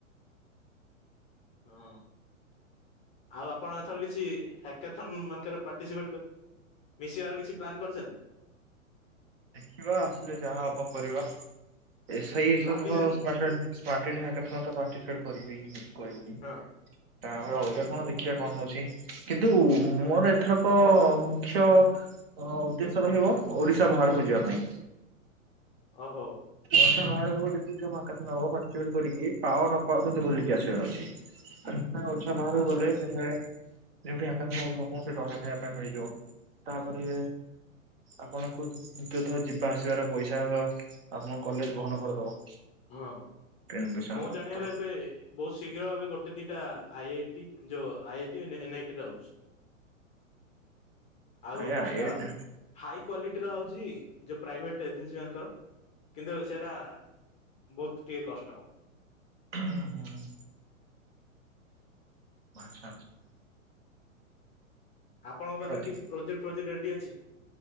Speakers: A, on the left; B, on the right.
A: ହଁ ଆଉ ଆପଣ ଏଥର କିଛି କେଥନ ମାନଙ୍କର ପାର୍ଟିସିପେଟ ମିଶିବାର କିଛି ପ୍ଲାନ୍ କରିଛନ୍ତି?
B: ଦେଖିବା ଆସିଲେ ଯାହା ହବ କରିବା। ଏସ୍ ଆଇ
A: କିଛି
B: ଏସ୍
A: ଭାବିଛନ୍ତି
B: ଭବ <unintelligible> ପାଟିସିପେଟ୍ କରିବି ହିଁ କରିବି।
A: ହଁ
B: ତାପରେ ଅଲଗା କଣ ଦେଖିବା କଣ ହଉଛି କିନ୍ତୁ ମୋର ଏଥରକ ମୁଖ୍ୟ ଉଦ୍ଦେଶ୍ୟ ରହିବ ଓଡିଶା ବାହାରକୁ ଯିବା ପାଇଁ।
A: ଓ ହୋ।
B: ଓଡ଼ିଶା ବାହାରକୁ ଯଦି <unintelligible> ପାଟିସିପେଟ୍ କରିକି ପାଅ ନପାଅ କିନ୍ତୁ ବୁଲିକି ଆସିବାର ଅଛି। ଓଡ଼ିଶା ବାହାରକୁ
A: ଆଚ୍ଛା
B: ଗଲେ ସେଠାରେ ଯୋଉଠି ଆକାଶ ଆପଣ ସେଇଠୁ ଆ ଖାଇବା ପାଇଁ ମିଳିଯିବ ତାପରେ ଆପଣଙ୍କୁ ଦ୍ଵିତୀୟ ଥର ଯିବା ଆସିବାର ପଇସା ଆପଣ କଲେଜ ବହନ କରିଦବ।
A: ହଁ
B: ଟ୍ରେନ ପଇସା
A: ମୋ ଜାଣିବାରେ
B: ତ
A: ଏବେ ବହୁତ ଶୀଘ୍ର ଭାବେ ଗୋଟେ ଦିଟା ଆଇ ଆଇ ଟି ଯୋଉ I I T N I T ରୁ ଆଉଚି। ଆଉ
B: ଆଜ୍ଞା
A: କିଛିଟା
B: ଏଇଟା
A: ହାଇ କ୍ଵାଲି ଟିର ଆଉଚି ଯୋଉ ପ୍ରାଇଭେଟ ଏଜେନ୍ସି ମାନଙ୍କର କିନ୍ତୁ ସେଇଟା ବୋହୁତ ଟିଏ କଷ୍ଟ।
B: ହଁ ହଁ। ଆଚ୍ଛା ଆଚଛା।
A: ଆପଣଙ୍କ ପାଖରେ
B: ଅଛି
A: କିଛି ପ୍ରୋଜେକ୍ଟ ଫୋଜେକ୍ଟ ରେଡି ଅଛି।